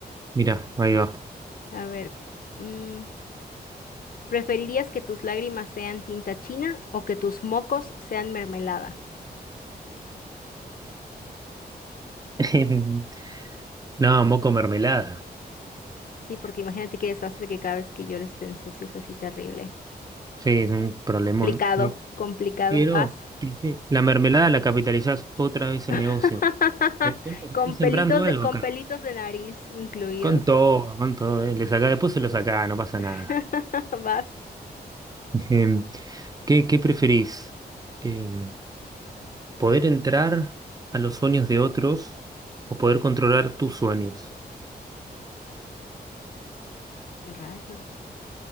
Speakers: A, on the right; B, on the left.
A: Mirá, ahí va.
B: A ver, mm, ¿preferirías que tus lágrimas sean tinta china o que tus mocos sean mermelada?
A: <laughs> No, moco mermelada.
B: Sí, porque imagínate qué desastre que cada vez que llores te ensucies así terrible.
A: Sí, es un problemón.
B: Complicado, complicado.
A: Quiero,
B: Vas.
A: dice, la mermelada la capitalizás otra vez
B: <laughs>
A: el negocio. Te das cuenta que
B: Con
A: estás sembrando
B: pelitos de,
A: algo
B: con
A: acá.
B: pelitos de nariz incluidos.
A: Con todo, con todo. eh, Le sacá, después se lo sacá, no pasa
B: <laughs>
A: nada.
B: Vas.
A: Em, ¿Qué, qué preferís? Em, ¿poder entrar a los sueños de otros o poder controlar tus sueños?
B: Rayos.